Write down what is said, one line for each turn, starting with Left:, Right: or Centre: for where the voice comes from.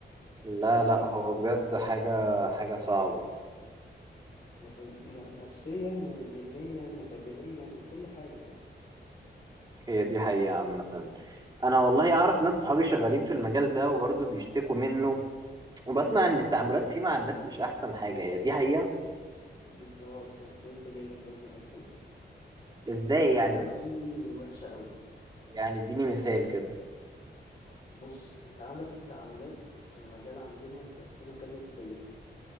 Right: لا
Left: سواء
Right: لا هو
Left: في,
Right: بجد حاجه
Left: في آه،
Right: حاجه صعبه
Left: نفس... ن- نفسيا وذهنيا وبدنيا وكل حاجة يعني
Right: هي دي حقيقة عامة أنا والله أعرف ناس صحابي شغالين في المجال ده وبرضه بيشتكوا منه وبسمع إن التعاملات
Left: مم.
Right: فيه مع الناس مش أحسن حاجة هي دي حقيقة
Left: بالظبط انا كنت لسه جاي لك بقى في الحتة دي
Right: إزاي
Left: التعاملات
Right: يعني
Left: فيه وحشة قوي
Right: يعني إديني مثال كده
Left: بص انت عندك التعاملات في المجال عندنا متقسمة كذا كاتيجوري